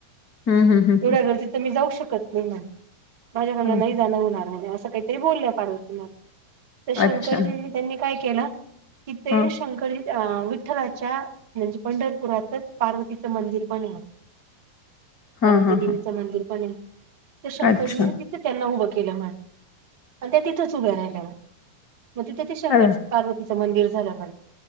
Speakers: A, on the left; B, on the right.
A: हम्म हम्म हम्म.
B: एवढ्या गर्दी तर मी जाऊ शकत नाही म्हण माझ्याकडन
A: हा
B: नाही जाणं होणार म्हणे असं काही तरी बोलल्या पारत मग तर शंकरजींनी
A: अच्छा
B: त्यांनी काय केलं इथे
A: हा
B: शंकरीत अ वीट विठ्ठलाच्या म्हणजे पंढरपुरातच पार्वतीचं मंदिर पण आहे
A: हा
B: पार्वती
A: हा
B: देवीचं
A: हा
B: मंदिर पण आहे तर शंकरजी
A: अच्छा
B: तिथ त्यांना उभं केलं म्हण आणि त्या तिथंच उभ्या राहिल्या म्हण मग तिथं ते शंकर
A: अरे
B: पार्वतीच मंदिर झालय म्हणे